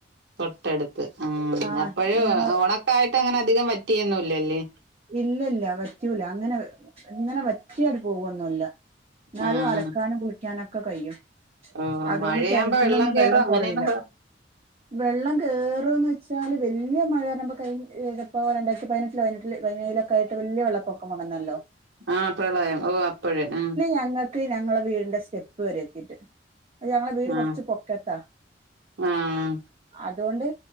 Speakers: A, on the right (about 75°); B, on the right (about 35°).
A: തൊട്ടടുത്ത് ആ
B: ആഹ്
A: അപ്പഴും
B: ഞങ്ങൾ
A: ഒണക്കായിട്ട് അങ്ങനെ അധികം വറ്റ വറ്റിയൊന്നും യില്ലല്ലേ
B: ഇല്ലല്ല വറ്റൂല അങ്ങനെ ഇങ്ങനെ വറ്റിയടു പോകും ഒന്നുയില്ല എന്നാലും
A: ആഹ്
B: അലക്കാനും കുളിക്കാനും ഒക്കെ കഴിയും
A: ഓഹ്
B: അതുകൊണ്ട്
A: മഴയാകുമ്പോ
B: കിണറ്റിലൊന്നും
A: കേറും
B: വെള്ളം
A: അങ്ങനെയൊന്നും
B: കൊറയില്ല
A: കൊഴ
B: വെള്ളം കേറും ഒന്നുംമില്ല ച്ചാല് വലിയ മഴവരുമ്പോ കഴഞ്ഞ ഇതിപ്പോ രണ്ടായിരത്തി പതിനെട്ടിൽ പതിനെട പതിനേഴിലൊക്കെ ആയിട്ട്‌ വലിയ വെള്ളപ്പൊ ഒണന്നല്ലോ
A: ആ പ്രളയം ഓ അപ്പഴ് ആ
B: ഞങ്ങൾക്ക് ഞങ്ങളെ വീടിന്റെ സ്റ്റെപ്പ് വരെ എത്തിട്ട് ഞങ്ങളെ വീട് കൊറച്ച്
A: ആഹ്
B: പൊക്കത്താ
A: ആഹ്
B: അതുകൊണ്ട്